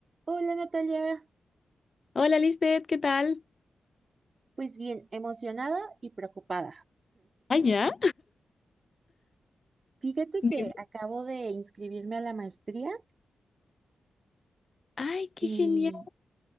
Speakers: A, on the right; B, on the left.
A: Hola Natalia,
B: Hola Lisbeth, ¿qué tal?
A: pues bien, emocionada y preocupada.
B: ¿Ah, ya?
A: Fíjate
B: Dime.
A: que acabo de inscribirme a la maestría
B: Ay, qué
A: y
B: genial.